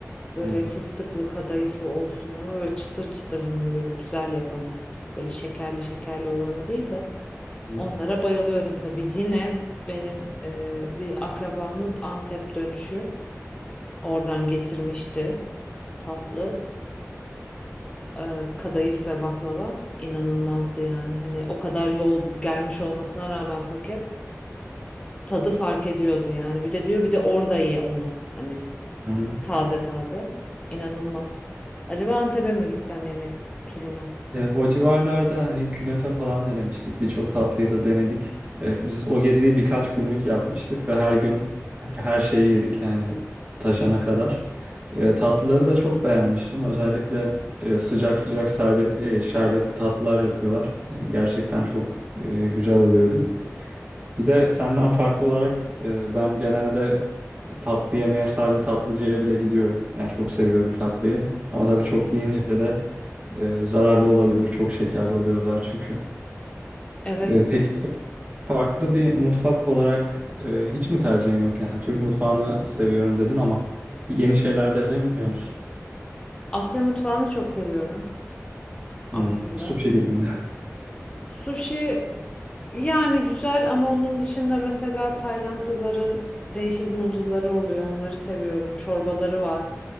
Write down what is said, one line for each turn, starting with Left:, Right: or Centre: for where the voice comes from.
Left: Böyle
Right: Hı
Left: fıstıklı kadayıfı olsun ama böyle çıtır çıtır hani böyle güzel yapanı. Böyle şekerli şekerli olanı değil de.
Right: hı.
Left: Onlara bayılıyorum tabii. Yine benim e, bir akrabamız Antep dönüşü. Oradan getirmişti tatlı. E, kadayıf ve baklava inanılmazdı yani. Hani o kadar yol gelmiş olmasına rağmen paket tadı fark ediyordu yani. Bir de diyor bir de orada ye onu. Hani
Right: Hı hı.
Left: Taze taze. İnanılmaz. Acaba Antep'e mi gitsem yemek turuna?
Right: E, o civarlarda hani künefe falan denemiştik. Birçok tatlıyı da denedik. E, biz o geziyi birkaç günlük yapmıştık ve her gün her şeyi yedik yani taşana kadar. E, tatlıları da çok beğenmiştim. Özellikle e, sıcak sıcak serbet, e, şerbetli tatlılar yapıyorlar. E, gerçekten çok e, güzel oluyordu. Bir de senden farklı olarak e, ben genelde tatlı yemeye sadece tatlıcıya bile gidiyorum. Yani çok seviyorum tatlıyı. Ama tabii çok yiyince de ee, zararlı olabilir. Çok şekerli oluyorlar çünkü.
Left: Evet.
Right: Ee, peki farklı bir mutfak olarak e, hiç mi tercihin yok? Yani Türk mutfağını seviyorum dedin ama yeni şeyler denemiyor musun?
Left: Asya mutfağını çok seviyorum
Right: Hmm,
Left: aslında.
Right: sushi gibi mi? <laughs>
Left: Sushi yani güzel ama onun dışında mesela Taylandlıların değişik noodle'ları oluyor. Onları seviyorum. Çorbaları var.